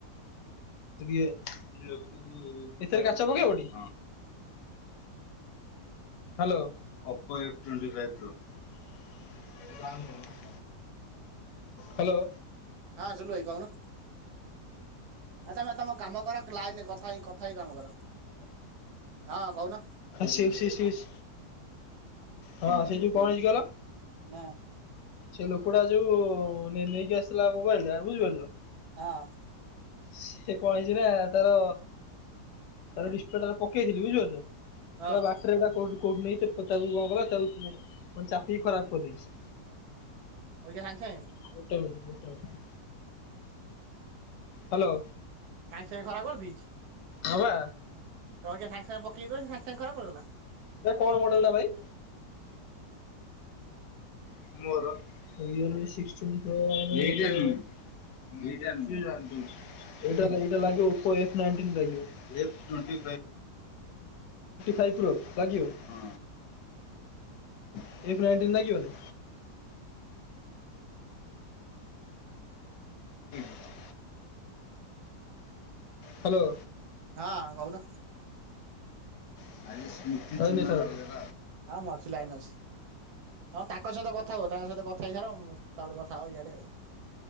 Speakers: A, on the left; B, on the right.
A: ରିଏ, ଏଥିରେ କାଚ ପକେଇବ ଟି? ହାଲୋ। <unintelligible> ହାଲୋ।
B: ହଁ ସୁଲୁ ଭାଇ କହୁନ। ଆ ତମେ ତମ କାମ କର ଲାଇନ୍ ରେ କଥା ହେଇ କଥା ହେଇ କାମ କର। ହଁ କହୁନ।
A: ସିକ୍ସି ସିସ୍, ହଁ ସେଇ ଯୋଉ କଣ ହେଇଚି କହିଲ?
B: ନା।
A: ସେ ଲୋକଟା ଯୋଉ ନେଇକି ଆସିଥିଲା ମୋବାଇଲ ଟା ବୁଝିପାରିଲୁ
B: ହଁ।
A: ସେ କଣ ହେଇଚି ନା ତାର ତାର ଡିସପ୍ଲେ ଟା ପକେଇଥିଲି ବୁଝିପାରୁଚ।
B: ହଁ
A: ଶଳା ବାଟରେ ଏଟା କୋଉଠି କୋଉଠି ନେଇ ତାକୁ କଣ କଲା ତାକୁ ପୁଣି ଚାପି କି ଖରାପ କରିଦେଇଚି।
B: ଅବିକା ସାଙ୍ଗେ ସାଙ୍ଗେ?
A: ଗୋଟେ ମିନିଟ୍ ଗୋଟେ ମିନିଟ୍। ହାଲୋ।
B: ସାଙ୍ଗେ ସାଙ୍ଗେ ଖରାପ କରିଦେଇଚି।
A: ହଁ ବା।
B: ତମେ କିଆଁ ସାଙ୍ଗେ ସାଙ୍ଗେ ପକେଇକି ଦଉ ସାଙ୍ଗେ ସାଙ୍ଗେ ଖରାପ କରିଦେଲା।
A: ଏଟା କଣ ମଡେଲ ଟା ଭାଇ? <unintelligible> <unintelligible> ଏଇଟା ଲାଗି ଏଇଟା ଲାଗିବ ଓପୋ ଏଫ୍ ନାଇନ୍‌ଟିନ୍ ଲାଗିବ। ଏଫ୍ ଟ୍ବେଣ୍ଟି ଫାଇଫ୍ ପ୍ରୋ ଲାଗିବ। ଏଫ୍ ନାଇଣ୍ଟିନ୍ ଲାଗିବନି? <unintelligible> ହାଲୋ।
B: ହଁ କହୁନ।
A: <unintelligible>
B: ହଁ ମୁଁ ଅଛି ଲାଇନ୍ ରେ ଅଛି। ହଁ ତାଙ୍କ ସହିତ କଥା ହୁଅ ତାଙ୍କ ସହିତ କଥା ହେଇସାର ତାପରେ କଥା ହବ ଇଆଡେ ଆଉ।